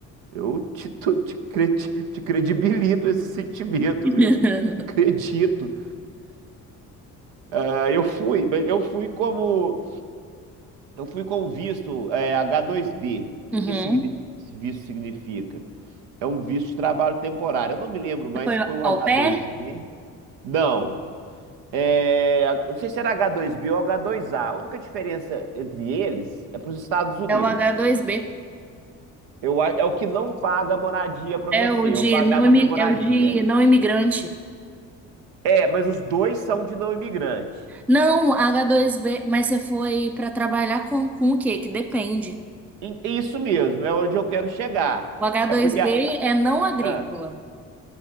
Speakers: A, on the right (about 60°); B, in the centre.
A: Eu te, tu- te, cre- te, te credibilito esse sentimento,
B: <laughs>
A: viu? Acredito. Ah, eu fui, mas eu fui como eu fui com um visto é, H2B. O que
B: Uhum.
A: que esse signi- esse visto significa? É um visto de trabalho temporário. Eu não me lembro mais
B: Foi
A: se foi o
B: au
A: H2B.
B: pair?
A: Não. É, não sei se era H2B ou H2A. A A única diferença entre eles é para os Estados Unidos.
B: É o H2B.
A: Eu, a- é o que não paga a moradia pra
B: É
A: você.
B: o de
A: Eu pagava
B: não, imi-
A: a minha moradia.
B: é o de não imigrante.
A: É, mas os dois são de não imigrante.
B: Não, H2B, mas você foi para trabalhar com, com o quê? Que depende.
A: E- e Isso mesmo, é onde eu quero chegar.
B: O H2B
A: É porque. a-
B: é não agrícola.
A: ah,